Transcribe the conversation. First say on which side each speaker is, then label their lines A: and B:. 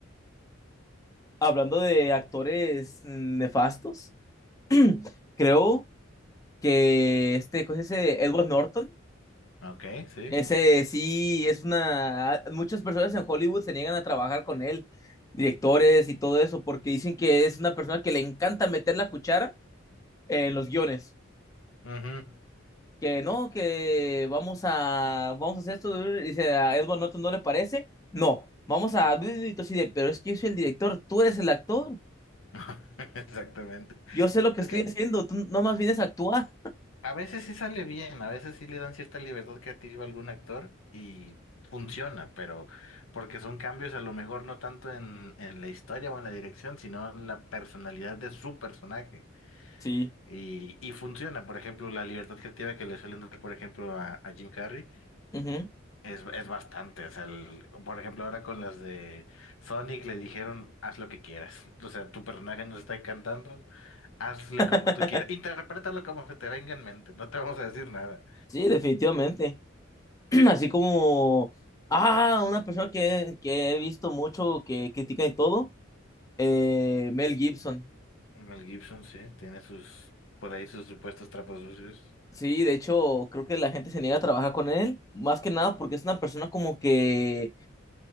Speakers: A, on the left; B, on the left.
A: Hablando de actores mm, nefastos, <clears throat> creo que este, ¿cómo se dice? Edward Norton,
B: Ok, sí.
A: ese sí es una. Muchas personas en Hollywood se niegan a trabajar con él, directores y todo eso, porque dicen que es una persona que le encanta meter la cuchara en los guiones.
B: Ujú.
A: que no, que vamos a, vamos a hacer esto, y dice a Edward Norton, ¿no le parece? No, vamos a, y tú así de, pero es que yo soy el director, tú eres el actor,
B: <laughs> Exactamente.
A: yo sé lo que
B: Es
A: estoy
B: que
A: haciendo, tú nomás vienes a actuar.
B: a veces sí sale bien, a veces sí le dan cierta libertad creativa a algún actor y funciona, pero porque son cambios a lo mejor no tanto en, en la historia o en la dirección, sino en la personalidad de su personaje.
A: Sí,
B: Y, y funciona, por ejemplo, la libertad creativa que le suelen dar, por ejemplo, a, a Jim Carrey.
A: Ujú.
B: Es, es bastante, o sea, el- por ejemplo, ahora con las de Sonic le dijeron, haz lo que quieras. <laughs> O sea, tu personaje nos está encantando, hazle
A: <laughs>
B: como tú quieras, interprétalo como se te venga en mente, no te vamos a decir nada.
A: Sí, definitivamente. <clears throat> Así como, ah, una persona que, que he visto mucho, que critica y todo, eh, Mel Gibson.
B: Mel Gibson, sí, tiene sus, por ahí sus supuestos trapos sucios.
A: Sí, de hecho, creo que la gente se niega a trabajar con él, más que nada porque es una persona como que